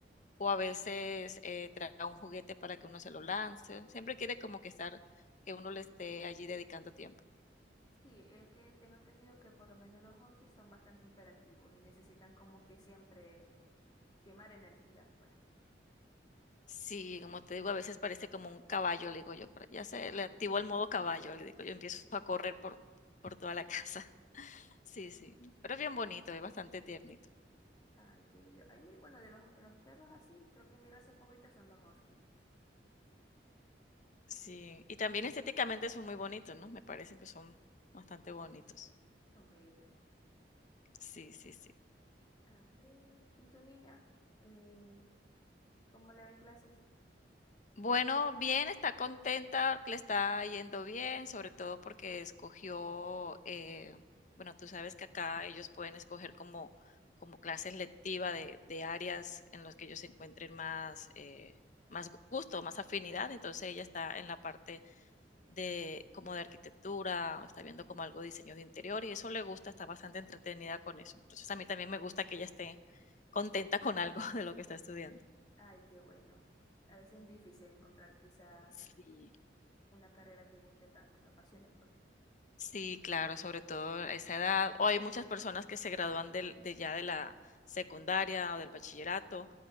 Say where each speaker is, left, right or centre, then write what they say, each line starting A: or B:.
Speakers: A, on the left (about 45°); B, on the left (about 25°).
A: O a veces eh, trae un juguete para que uno se lo lance. Siempre quiere como que estar, que uno le esté allí dedicando tiempo.
B: Sí, es que tengo entendido que por lo menos los huskies son bastante imperativos y necesitan como que siempre quemar energía, pues.
A: Sí, como te digo, a veces parece como un caballo, le digo yo, pero ya se
B: Ujú,
A: le activó el modo caballo, le digo
B: ujú.
A: yo, empiezo a correr por, por toda la casa. <laughs> Sí, sí, pero es bien bonito, es bastante tiernito.
B: Ay, qué bello. Ay, mi- bueno, de los, de los perros así, creo que mi raza favorita son los huskies.
A: Sí, y también estéticamente son muy bonitos, ¿no? Me parece que son bastante bonitos.
B: Son bellos.
A: Sí, sí, sí.
B: A ver, ¿y tu niña? Eh, ¿cómo le va en clases?
A: Bueno, bien, está contenta, le está yendo bien, sobre todo porque escogió, eh, bueno, tú sabes que acá ellos pueden escoger como, como clases lectivas de, de áreas en las que ellos encuentren más, eh, más gu- gusto, más afinidad. Entonces ella está en la parte de como de arquitectura, está viendo como algo de diseño de interior y eso le gusta, está bastante entretenida con eso. Entonces a mí también me gusta que ella esté contenta con algo <laughs> de lo que está estudiando.
B: Ay, qué bueno. A veces es difícil encontrar quizá
A: Sí.
B: una carrera que guste tanto, que apasione, pues.
A: Sí, claro, sobre todo a esa edad. O hay muchas personas que se gradúan del- de ya de la secundaria o del bachillerato